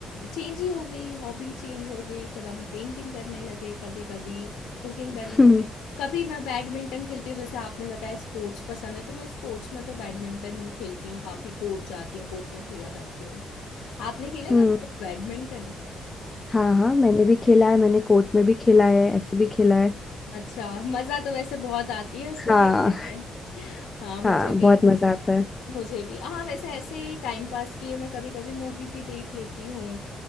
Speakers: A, on the left; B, on the left.
A: चेंज ही हो गई हॉबी चेंज हो गई फिर हम पेंटिंग करने लगे कभी कभी कुकिंग
B: <laughs>
A: करने
B: हम्म
A: लगे कभी मैं बैडमिंटन खेलती हूँ जैसे आपने बताया स्पोर्ट्स पसंद है तो मैं स्पोर्ट्स में तो बैडमिंटन खेलती हूँ काफ़ी कोर्ट जाती हूँ कोर्ट में खेला करती हूँ आपने खेला
B: हम्म
A: कभी कुछ बैडमिंटन
B: हाँ हाँ मैंने भी खेला है मैंने कोर्ट में भी खेला है ऐसे भी खेला है
A: अच्छा मज़ा तो वैसे बहुत आती है उसको
B: हाँ
A: खेलने में हाँ मुझे
B: हाँ
A: भी
B: बहुत मजा आता है
A: मुझे भी हाँ वैसे ऐसे ही टाइम पास के लिए मैं कभी कभी मूवी भी देख लेती हूँ